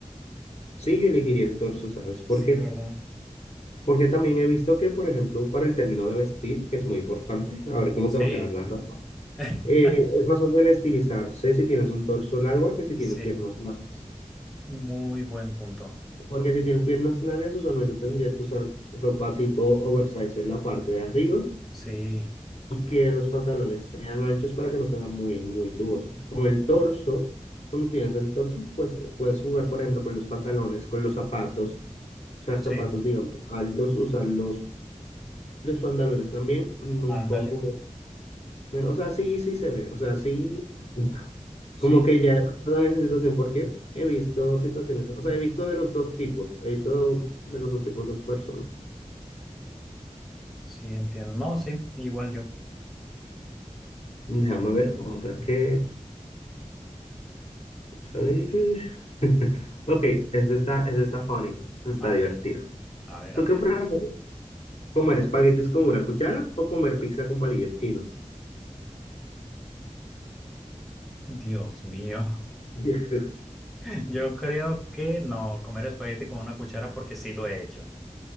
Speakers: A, on the left; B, in the centre.
A: sí, yo elegiría el torso, ¿sabes? Porque,
B: Sí, ¿verdad?
A: porque también he visto que, por ejemplo, para el término de vestir, que es muy importante, a ver cómo
B: Sí,
A: te va a quedar la ropa,
B: <laughs>
A: eh, es más fácil estilizarse si tienes un torso largo a que si tienes
B: sí.
A: piernas largas.
B: Muy buen punto.
A: Porque si tienes piernas largas, usualmente tendrías que usar ropa tipo oversize en la parte de arriba
B: Sí,
A: y que los pantalones sean anchos para que no sean muy, muy tubosos. Con el torso, cuando tienes el torso, pues puedes jugar, por ejemplo, con los pantalones, con los zapatos, usar
B: sí.
A: zapatos, digamos, altos, usar los, los pantalones también, mm, un
B: Ándale.
A: poco me- menos, o sea, sí, sí se ve, o sea, sí, <laughs> como
B: Sí,
A: que
B: sí.
A: ya he pasado en esa situación porque he visto situaciones, o sea, he visto de los dos tipos, he visto de los dos tipos de personas.
B: Sí, entiendo. No, sí, igual yo.
A: Déjame ver otra que... Vamos a ver. <laughs> Ok, esto está, esto está funny. Esto está
B: A
A: divertido.
B: ver, a ver,
A: ¿Tú
B: a
A: qué
B: ver.
A: prefieres? ¿Comer espaguetis con una cuchara o comer pizza con palillos chinos?
B: Dios mío.
A: <laughs>
B: <laughs> Yo creo que no, comer espagueti con una cuchara porque sí lo he hecho.